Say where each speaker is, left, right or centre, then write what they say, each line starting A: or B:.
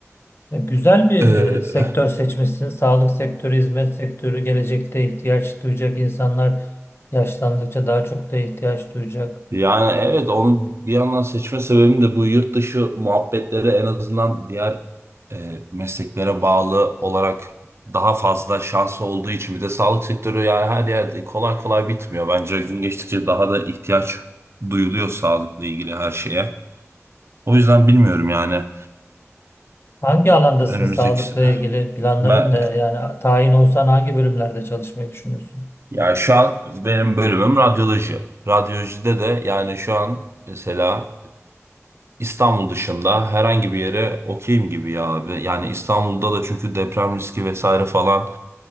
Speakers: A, on the left; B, on the right.
A: Ya güzel bir
B: Ee,
A: e, sektör seçmişsin. Sağlık sektörü, hizmet sektörü gelecekte ihtiyaç duyacak insanlar yaşlandıkça daha çok da ihtiyaç duyacak.
B: yani evet onu bir yandan seçme sebebim de bu yurt dışı muhabbetleri en azından diğer e, mesleklere bağlı olarak daha fazla şansı olduğu için bir de sağlık sektörü yani her yerde kolay kolay bitmiyor. Bence gün geçtikçe daha da ihtiyaç duyuluyor sağlıkla ilgili her şeye. O yüzden bilmiyorum yani
A: Hangi alandasın
B: önümüzdeki
A: sağlıkla ilgili? Planların
B: ben
A: ne? Yani tayin olsan hangi bölümlerde çalışmayı düşünüyorsun?
B: Ya şu an benim bölümüm radyoloji. Radyolojide de yani şu an mesela İstanbul dışında herhangi bir yere okeyim gibi ya abi. Yani İstanbul'da da çünkü deprem riski vesaire falan